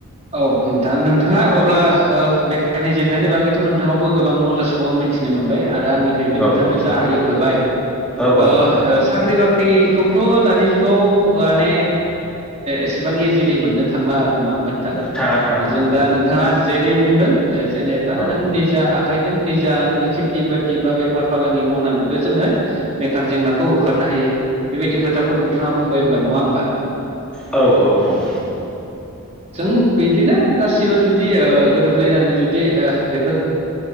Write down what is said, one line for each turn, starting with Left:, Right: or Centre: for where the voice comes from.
Right: औ नोंथां नोंथाङा अब्ला ओ बेखारनि जेंनानि बागैथ' नोंथाङावबो गोबां नलेजखौ आं मिथिनो मोनबाय आरो आंनिफ्रायबो नोंथांनो
Centre: औ औ
Right: जा हायो होबाय
Centre: औ औ
Right: ओ
Centre: औ औ
Right: साख्रि बाख ख्रिखौथ' दानि जुगाव माने एसेबां इजिलि मोननो थांला आरोना होमबा नोंथां
Centre: थाङा थाङा थाङा
Right: जों दा नोंथाङा जेरै बुंदों जेनेबा
Centre: औ
Right: नों निजा आखाइ जों निजा नोङो खेथि बाथि बा बेफार फालांगि मावनानैबो जोङो बेखार जेंनाखौ होखारनो हायो। बेबायदि खोथाखौ नोंथाङा बुंबाय नङा होमबा
Centre: औ औ औ
Right: जों बिदिनो गासिबो जुदि ओ गोरोबलायनानै जुदि जे ओ बेफोर